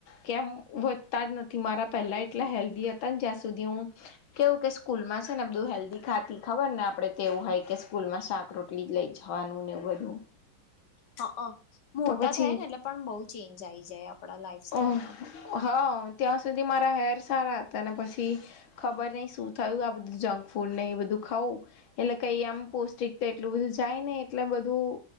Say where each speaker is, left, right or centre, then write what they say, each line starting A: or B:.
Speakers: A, on the left; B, on the left.
A: કેમ વધતા જ નથી મારા પહેલા એટલા હેલ્ધી હતા ને જ્યાં સુધી હું. કેવું કે સ્કૂલ માં છે ને બધું હેલ્ધી ખાતી ખબર ને આપડે તેવું હોય કે સ્કૂલમાં શાક રોટીલ. પકડી લઈ જવાનું ને બધું.
B: હા મોટા
A: તો પછી
B: થયા ને એટલે પણ બહુ ચેન્જ આઈ જાય. આપડા લાઈફ સ્ટાઈલમાં
A: ઓ હા ત્યાં સુધી મારા હેર સારા હતા ને પછી. ખબર નહ શું થયું આ બધું જંક ફૂડ નહી બધું ખાઉું એટલે કઈ આમ પૌષ્ટિક એટલું બધું જાય ને એટલે બધું.